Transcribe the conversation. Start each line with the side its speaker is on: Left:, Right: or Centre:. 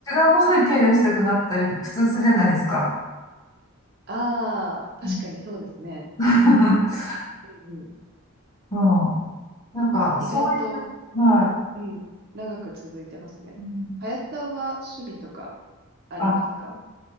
Left: うものに手出したくなったり、普通するじゃないですか。
Right: ああ、確かにそうですね。
Left: うん。<laughs>
Right: うんうん。
Left: うんなんか、
Right: 意外と、
Left: そういう、は
Right: うん、長く続いてますね。
Left: い。うん
Right: 林さんは趣味とかありますか
Left: あ、